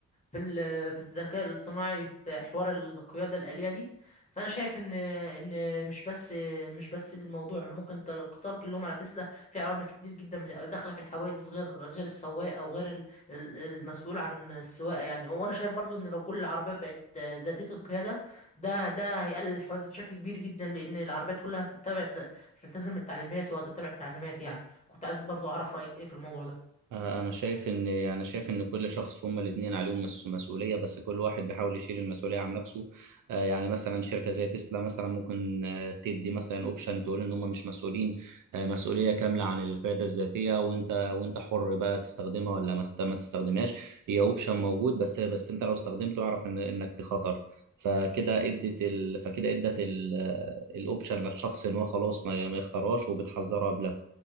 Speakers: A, on the left; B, on the right.
A: في ال- في الذكاء الاصطناعي في حوار القيادة الآلية دي فأنا شايف إن إن مش بس مش بس الموضوع ممكن تل- القطار كلهم على تسلا في عوامل كتير جدا داخلة في الحوادث غير غير السواق أو غير ال- ال- المسؤول عن السواقة يعني وأنا شايف برضو إن لو كل العربيات بقت ذاتية القيادة ده ده هيقلل الحوادث بشكل كبير جدا لأن العربيات كلها هتتبع تلتزم التعليمات وهتتبع التعليمات يعني كنت عايز برضو أعرف رأيك إيه في الموضوع ده
B: آه، انا شايف ان انا شايف ان كل شخص هما الاثنين عليهم مس- مسؤوليه بس كل واحد بيحاول يشيل المسؤوليه عن نفسه آه، يعني مثلا شركه زي تسلا مثلا ممكن آه، تدي مثلا اوبشن تقول ان هم مش مسؤولين آه، مسؤوليه كامله عن القياده الذاتيه وانت وانت حر بقى تستخدمها ولا ما است- ما تستخدمهاش هي اوبشن موجود بس بس انت لو استخدمته اعرف ان انك في خطر فكده ادت ال... فكده ادت ال... الاوبشن للشخص ان هو خلاص ما ما يختارهاش وبتحذره قبلها